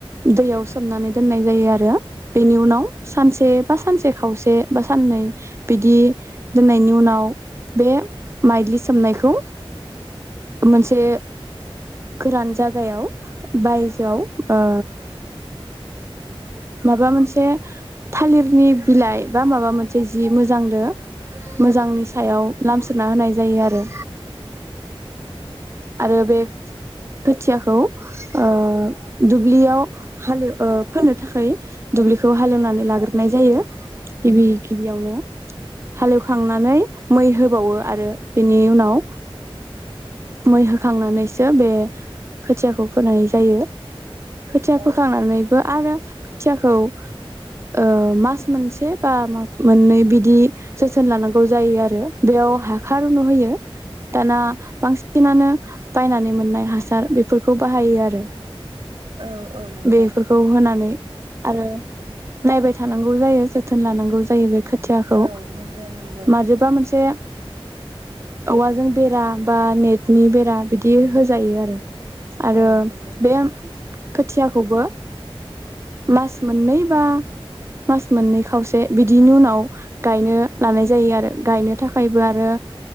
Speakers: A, on the right; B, on the right.
A: दैयाव सोमनानै दोननाय जायो आरो बेनि उनाव सानसे बा सानसे खावसे बा साननै बिदि दोननायनि उनाव बे माइलि सोमनायखौ मोनसे गोरान जागायाव बायजोआव ओ माबा मोनसे थालिरनि बिलाइ बा माबा मोनसे जि मोजांनो मोजांनि सायाव लामस्रोना होनाय जायो आरो आरो बे खोथियाखौ ओ दुब्लियाव हालेव ओ फोननो थाखाय दुब्लिखौ हालेवनानै लाग्रोनाय जायो गिबि गिबियावनो हालेवखांनानै मै होबावो आरो बेनि उनाव मै होखांनानैसो बे खोथियाखौ फोननाय जायो खोथिया
B: औ
A: फोखांनानैबो
B: नोंथां
A: आरो खुथियाखौ ओ मास मोनसे बा मास मोननै बिदि जोथोन लानांगौ जायो आरो बेयाव हाख रुनु होयो दाना बांसिन बांसिनानो बायनानै मोननाय हासार बेफोरखौ बाहायो आरो
B: औ औ नोंथां
A: बेफोरखौ होनानै आरो नायबाय थानांगौ जायो जोथोन लानांगौ जायो बेखो थियाखौ
B: औ नंगौ नंगौ
A: मारैबा मोनसे औवाजों बेरा बा नेट नि बेरा बिदि होजायो आरो आरो
B: औ नंगौ नोंथां
A: बे आं खोथियाखौबो मास मोननै बा मास मोननै खावसे बिदिनि उनाव गायनो लानाय जायो आरो गायनो थाखायबो आरो